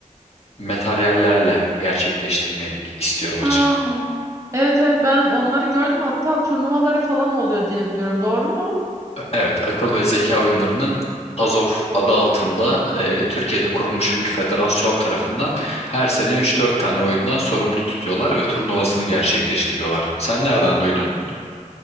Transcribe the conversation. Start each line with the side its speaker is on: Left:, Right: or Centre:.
Left: materyallerle gerçekleştirmek istiyorum açıkçası.
Right: Ha, evet evet ben onları gördüm. Hatta turnuvaları falan oluyor diye biliyorum. Doğru mu?
Left: Evet, akıl ve zeka oyunlarının TASOF adı altında e, Türkiye'de kurulmuş bir federasyon tarafından her sene üç dört tane oyundan sorumlu tutuyorlar ve turnuvasını gerçekleştiriyorlar. Sen nereden duydun?